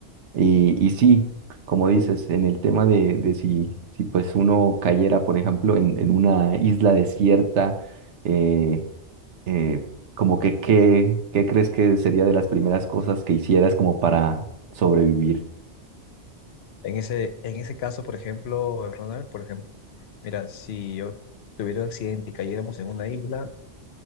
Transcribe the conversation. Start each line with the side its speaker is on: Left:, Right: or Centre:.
Right: Y, y sí, como dices, en el tema de, de si, si pues uno cayera, por ejemplo, en, en una isla desierta, eh, eh, como que qué, qué crees que sería de las primeras cosas que hicieras como para sobrevivir?
Left: En ese, en ese caso, por ejemplo, Ronald, por ejemplo, mira, si yo tuviera un accidente y cayéramos en una isla, el